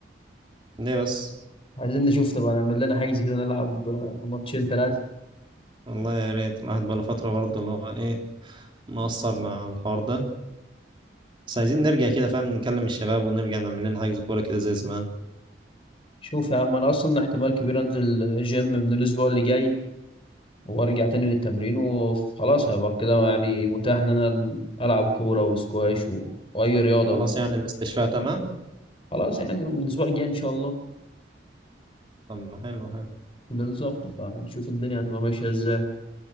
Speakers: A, on the right (about 25°); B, on the left (about 30°).
A: ليه بس
B: عايزين نشوف نبقى نعمل لنا حجز كده نلعب آه، ماتشين ثلاثه
A: والله يا ريت الواحد بقاله فترة برضه اللي هو ايه مقصر مع الحوار ده بس عايزين نرجع كده فاهم نكلم الشباب ونرجع نعمل لنا حجز كورة كده زي زمان
B: شوف يا عم انا اصلا احتمال كبير انزل جيم من الاسبوع اللي جاي وارجع تاني للتمرين وخلاص هبقى كده يعني متاح ان انا العب كوره وسكواش و... واي رياضه
A: خلاص
B: بقى
A: يعني الاستشفاء تمام
B: خلاص يعني من الاسبوع الجاي ان شاء الله
A: طب ما حلو حلو
B: بالظبط فنشوف الدنيا هتبقى ماشيه ازاي